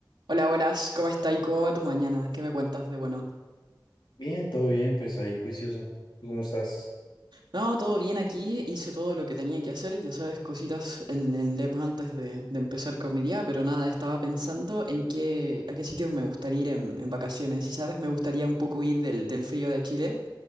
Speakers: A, on the right; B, on the left.
A: Hola, buenas, ¿cómo estáis? ¿Cómo va tu mañana? ¿Qué me cuentas de bueno?
B: Bien, todo bien, pues ahí juicioso. ¿Tú cómo estás?
A: No, todo bien aquí, hice todo lo que tenía que hacer, ya sabes, cositas en el lab antes de, de empezar con mi día, pero nada, estaba pensando en qué, a qué sitios me gustaría ir en, en vacaciones. Y sabes, me gustaría un poco ir del, del frío de Chile,